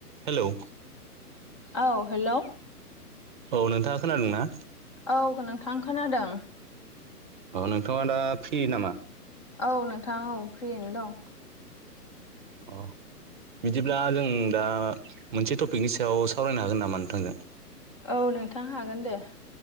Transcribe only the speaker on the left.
औ hello
औ नोंथां खोनादों
औ नोंथां औ फ्रियैनो दं।
औ नोंथां हागोन दे